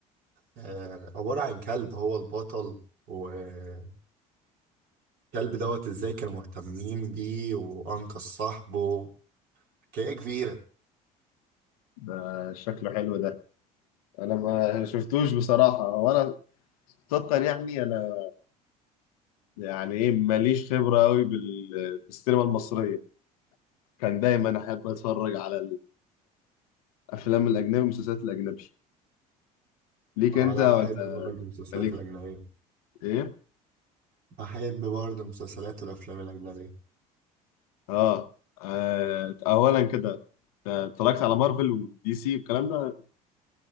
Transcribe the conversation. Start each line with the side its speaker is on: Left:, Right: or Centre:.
Right: آه، عبارة عن كلب هو البطل والكلب دوت ازاي كانوا مهتمين بيه وانقذ صاحبه حكاية كبيرة
Left: ده شكله حلو ده انا ما شفتوش بصراحة وانا صدقا يعني انا يعني ايه ماليش خبرة قوي بال... بالسينما المصرية كان دايما احب اتفرج على الافلام الاجنبي والمسلسلات الاجنبي ليك
Right: انا
Left: انت ولا
Right: بحب برضه المسلسلات
Left: ليك
Right: الأجنبية
Left: ايه؟
Right: بحب برضه المسلسلات والأفلام الأجنبية
Left: اه, آه. اولا كده اتفرجت على مارفل ودي سي والكلام ده